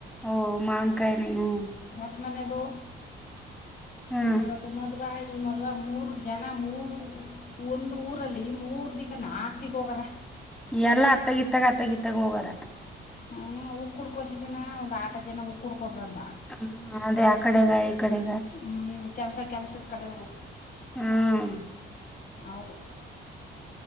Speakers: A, in the centre; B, on the left.
A: ಓ ಮನ್ ಕಾಯ ನೀ ಹ್ಮ್.
B: ಪಚ್ ಮಾನೆದು.
A: ಹ್ಮ್
B: ಇವತ್ತುು ಮದುವ. ಈ ಮಲ್ ಮೂರ್ ಜನ ಮೂರು ಒಂದು ಊರಲ್ಲಿ ಮೂರ್ ದಿಕ್ಕ ನಾಕ್ ದಿಕ್ ಹೋಗಾರ.
A: ಎಲ್ಲ ಅತ್ತಗಿತ್ತಾಗ ಅತ್ತಗಿತ್ತಗ ಹೋಗದ.
B: ಹ್ಮ ಉಕ್ಕ ಕುಡ್ಕೋಸ ಜನ ಒಂದ್ ಆಟ ಜನ ಉ ಕುಡ್ಕ. ಹೋದ್ರಂತ
A: ಹ್ಮ ಅದೇ ಆ ಕಡೆಗ ಈ ಕಡೆಗ
B: ಹ್ಮ ಕೆಲ್ಸ ಕೆಲ್ಸದ ಕಡೆವ್ರು
A: ಹ್ಮ್
B: ಅವರು.